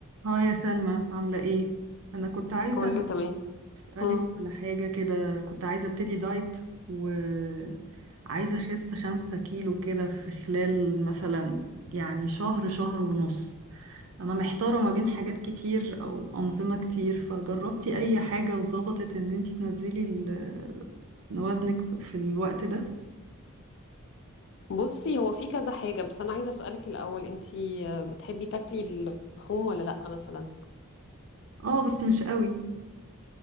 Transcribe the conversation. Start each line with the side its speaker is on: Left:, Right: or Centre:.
Right: اه يا سلمى عاملة ايه؟ أنا كنت عايزة
Left: كله تمام
Right: أسألك
Left: مم.
Right: على حاجة كده كنت عايزة أبتدي دايت وعايزة أخس خمسة كيلو كده في خلال مثلا يعني شهر شهر ونص أنا محتارة ما بين حاجات كتير أو أنظمة كتير فجربتي أي حاجة وظبطت إن انتي تنزلي ال- وزنك في الوقت ده؟
Left: بصي هو في كذا حاجة بس أنا عايزة أسألك الأول أنتي آه، بتحبي تاكلي اللحوم ولا لأ مثلا
Right: اه بس مش قوي